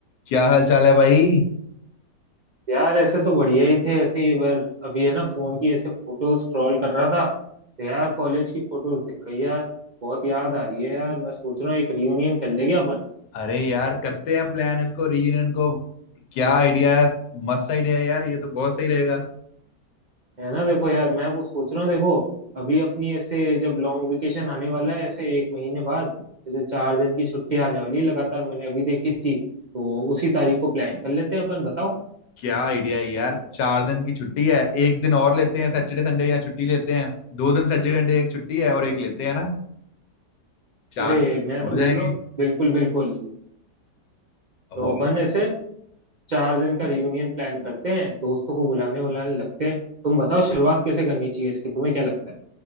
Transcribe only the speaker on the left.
क्या हाल चाल है भाई
अरे यार करते हैं प्लान इसको रीयूनियन को क्या आइडिया है मस्त आइडिया है यार ये तो बहुत सही रहेगा
क्या आइडिया है यार चार दिन की छुट्टी है एक दिन और लेते हैं सैटरडे संडे या छुट्टी लेते हैं दो दिन सैटरडे संडे एक छुट्टी है और एक लेते हैं ना चार
हो
जाएंगे
और